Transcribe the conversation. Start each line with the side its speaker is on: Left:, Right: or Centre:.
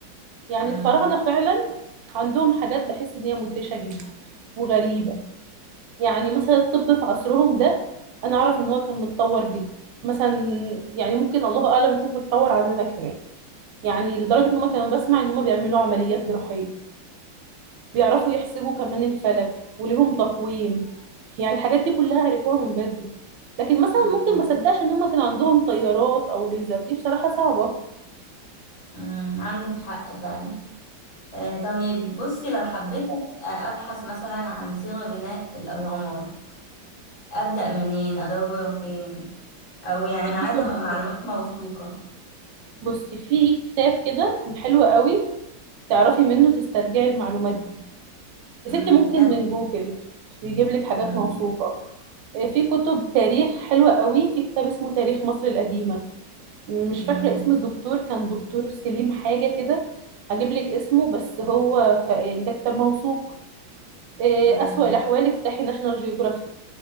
Right: يعني
Left: مم.
Right: الفراعنه فعلا عندهم حاجات بحس ان هي مدهشه جدا وغريبه يعني مثلا الطب في عصرهم ده انا اعرف ان هو كان متطور جدا مثلا يعني ممكن الله اعلم يكون متطور عننا كمان يعني لدرجة
Left: مم.
Right: ان هم كانوا بسمع ان هم بيعملوا عمليات جراحية بيعرفوا يحسبوا كمان الفلك وليهم تقويم يعني الحاجات دي كلها عرفوها من بدري لكن مثلا
Left: مم.
Right: ممكن ما صدقش ان هم كان عندهم طيارات او ليزر دي بصراحة صعبة
Left: مم. عندك حق فعلا آه طيب بصي لو حبيت أس- آه، ابحث مثلا عن سيرة بناء الاهرامات ابدأ منين ادور فين او يعني
Right: في
Left: انا عايزة
Right: كتب
Left: م- معلومات موثوقة
Right: بصي في كتاب كده كان حلو قوي تعرفي منه تسترجعي المعلومات دي يا
Left: مم.
Right: ستي ممكن
Left: كتاب
Right: من جوجل بيجيب لك حاجات
Left: مم.
Right: موثوقة آه، في كتب تاريخ حلوة قوي في كتاب اسمه تاريخ مصر القديمة مش
Left: مم.
Right: فاكرة اسم الدكتور كان دكتور سليم حاجة كده هجيب لك اسمه بس هو ك... يعني ده كتاب موثوق إيه،
Left: مم.
Right: أسوأ الأحوال افتحي ناشونال جيوغرافيك